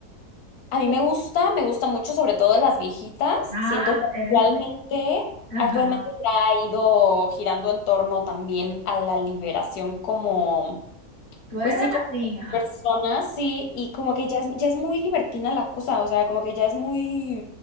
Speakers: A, on the left; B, on the right.
A: A mí me gusta, me gusta mucho, sobre todo las viejitas.
B: Ah,
A: Siento que actualmente,
B: eres, ajá,
A: actualmente ya ha ido girando en torno también a la liberación como,
B: tú eres
A: pues sí,
B: de las
A: como
B: mías.
A: personas, sí, y como que ya es, ya es muy libertina la cosa, o sea, como que ya es muy,